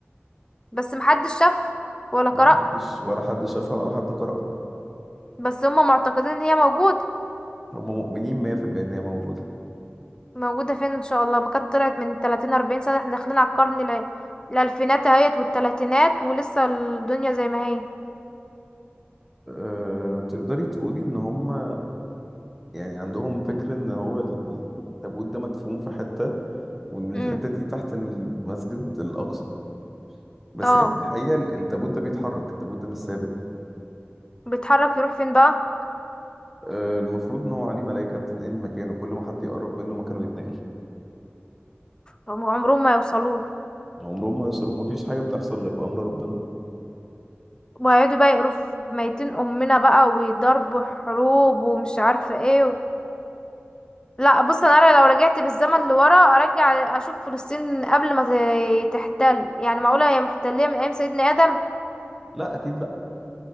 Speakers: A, on the left (about 20°); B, in the centre.
A: بس محدش شافها ولا قرأها
B: ما حدش ولا حد شافها ولا حد قرأها
A: بس هم معتقدين ان هي موجودة
B: هم مؤمنين 100% إن هي موجودة
A: موجودة فين ان شاء الله ما كانت طلعت من 30 40 سنة احنا داخلين على القرن ال- الالفينات اهيت والتلاتينات ولسه الدنيا زي ما هي
B: أه، تقدري تقولي ان هم يعني عندهم فكر ان هو ال- ال- التابوت ده مدفون في حتة وان
A: امم
B: الحتة دي تحت المسجد الاقصى بس
A: اه
B: هي في الحقيقة ال- التابوت ده بيتحرك التابوت ده مش ثابت
A: بيتحرك يروح فين بقى
B: أه، المفروض ان هو عليه ملائكة بتنقل مكانه كل ما حد يقرب منه مكانه يتنقل
A: هم عمرهم ما يوصلوا
B: عمرهم ما يوصلوا مفيش حاجة بتحصل غير بأمر ربنا
A: وهيقعدوا بقى يقرفوا في ميتين امنا بقى ويضربوا حروب ومش عارفه ايه و... لا بص انا لو رجعت بالزمن لورا ارجع اشوف فلسطين قبل ما ت- تحتل يعني معقوله هي محتليه من ايام سيدنا ادم
B: لا اكيد لا